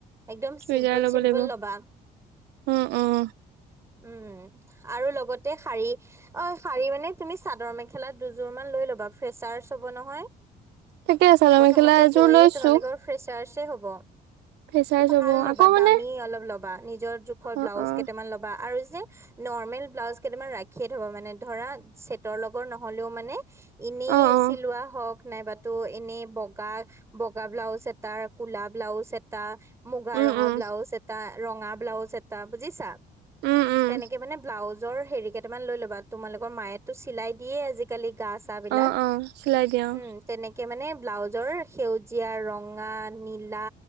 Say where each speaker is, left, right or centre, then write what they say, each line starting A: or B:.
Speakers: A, on the right; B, on the right.
A: একদম
B: চুইজাৰ
A: চিম্পল-
B: ল'ব
A: চিম্পল
B: লাগিব
A: ল'বা
B: উম উম
A: উম, আৰু লগতে শাৰী অই, শাৰী মানে তুমি চাদৰ -মেখেলা দুযোৰ মান লৈ ল'বা ফ্ৰেচাৰচ হ'ব নহয়।
B: তাকে চাদৰ
A: প্ৰথমতে
B: মেখেলা এযোৰ
A: গৈয়ে
B: লৈছো
A: তোমালোকৰ ফ্ৰেচাৰ্চচে হ'ব।
B: ফেচাৰ্চ
A: ভাল
B: হ'ব
A: ল'বা
B: আকৌ মানে
A: দামী অলপ ল'বা নিজৰ জোখৰ
B: অ
A: ব্লাউজ
B: অ
A: কেইটামান ল'বা আৰু যে নৰ্মেল ব্লাউজ কেইটামান ৰাখিয়ে থ'বা মানে ধৰা ছেটৰ লগৰ নহ'লেও মানে এনেই
B: অ অ
A: চিলোৱা হওঁক নাইবা ত' এনেই বগা -বগা ব্লাউজ এটা, কোলা ব্লাউজ এটা মুগা
B: উম
A: ৰঙৰ
B: উম
A: ব্লাউজ এটা ৰঙা ব্লাউজ এটা বুজিছা
B: উম উম
A: তেনেকে মানে ব্লাউজৰ হেৰি কেইটামান লৈ ল'বা তোমালোকৰ মায়োতো চিলাই দিয়ে আজি কালি গা চা বিলাক
B: অ অ চিলাই দিয়া অ
A: উম তেনেকে মানে ব্লাউজৰ সেউজীয়া ৰঙা নীলা